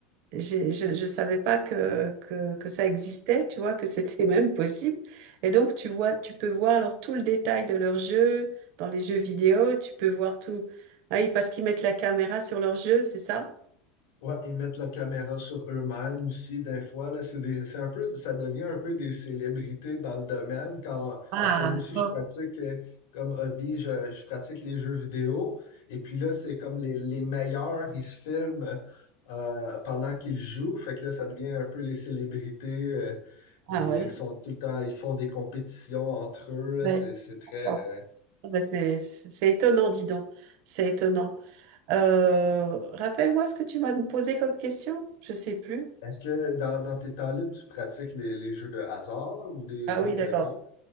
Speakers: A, on the right; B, on the left.
A: j'ai- je ne savais pas que, que, que ça existait, tu vois, que c'était même possible. Et donc, tu vois, tu peux voir alors tout le détail de leurs jeux dans les jeux vidéo, tu peux voir tout. Ah oui, parce qu'ils mettent la caméra sur leur jeu, c'est ça?
B: Ouais, ils mettent la caméra sur eux-mêmes aussi, des fois, là, c'est des, c'est un peu, ça devient un peu des célébrités dans le domaine quand,
A: Ah,
B: parce que moi aussi,
A: d'accord.
B: je pratique, euh, comme hobby, je, je pratique les jeux vidéo. Et puis là, c'est comme les, les meilleurs, ils se filment, euh, pendant qu'ils jouent. Fait que là, ça devient un peu les célébrités, euh, les,
A: Ah ouais.
B: sont tout le temps, ils font des compétitions entre eux, là,
A: Ouais.
B: c'est, c'est très,
A: d'accord.
B: euh,
A: Ah ben, c'est, c'est c'est étonnant, dis donc. C'est étonnant.
B: ouais.
A: Euh, rappelle-moi ce que tu m'as posé comme question. Je sais plus.
B: Est-ce que dans, dans tes temps libres, tu pratiques les, les jeux de hasard ou des
A: Ah
B: jeux
A: oui,
B: quelconques?
A: d'accord.